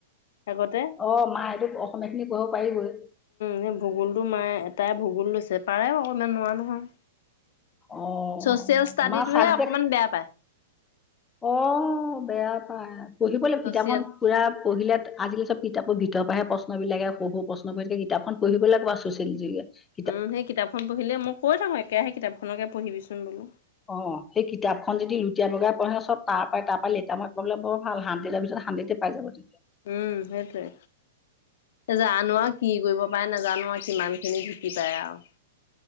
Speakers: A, on the left (about 65°); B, on the left (about 15°).
A: আগতে,
B: অ মাই টো অসমীয়াখিনি পহুৱাব পাৰিবই।
A: সেই ভূগোলটো মায়ে এটাই ভূগোল লৈছে পাৰে বাৰু ইমান নোৱাৰোৱা নহয়।
B: অ
A: ছচিয়েল ষ্টাডিটোহে
B: মা চাবজেক্ট,
A: অকমান বেয়া পায়
B: অ বেয়া পায় পঢ়িবলৈ
A: ছচিয়েল
B: কিতাপখন, পোৰা পঢ়িলে আজিকালি চব কিতাপৰ ভিতৰ পৰাহে প্ৰশ্নিলাকে সৰু -সৰু- প্ৰশ্নবোৰ থাকে কিতাপখন, <unintelligible>
A: উম সেই কিতাপখন পঢ়িলে মই কৈ থাকো একেৰাহে কিতাপখনকে পঢ়িবিচোন বোলো।
B: অ সেই কিতাপখন যদি লুটিয়াই বগীয়াই পঢ়ে চব তাৰ পৰাই তাৰ পৰা লেটাৰ মাৰ্ক পাবলে বৰ ভাল শান্তিত আমি, তাই হানডেডে পাই যাব তেতিয়া।
A: উম সেইটোৱে, জানো আৰু কি কৰিব পাৰে নাজানো আৰু কিমান খিনি ধুকি পায় আৰু,